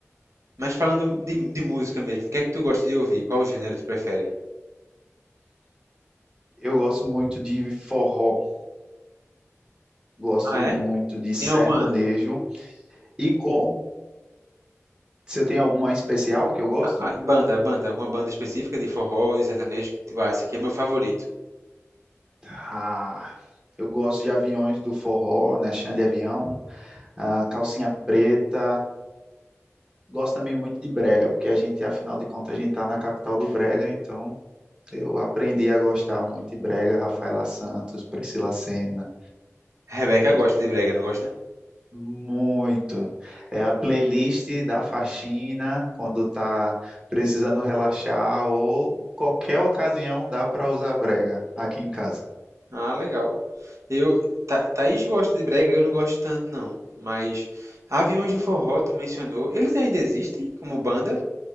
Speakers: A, on the right; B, on the right.
A: Mas falando de, de música mesmo, o que é que tu gosta de ouvir? Qual gênero tu prefere?
B: Eu gosto muito de forró, gosto
A: Ah, é?
B: muito de sertanejo.
A: Tem alguma
B: E com, você tem alguma especial que eu gosto?
A: a- a- banda, banda, alguma banda específica de forró, de sertanejo que tu, ah, esse aqui é meu favorito.
B: Ah, eu gosto de Aviões do Forró, né? Xande Avião, ah, Calcinha Preta, gosto também muito de brega, porque a gente, afinal de contas, a gente está na capital do brega, então eu aprendi a gostar muito de brega, Rafaela Santos, Priscila Senna,
A: Rebeca
B: muito,
A: gosta de brega, não gosta?
B: muito. É a playlist da faxina quando tá precisando relaxar ou qualquer ocasião dá para usar brega aqui em casa.
A: Ah, legal. Eu, Tha- Thaís gosta de brega, eu não gosto tanto não, mas Aviões do Forró, tu mencionou, eles ainda existem como banda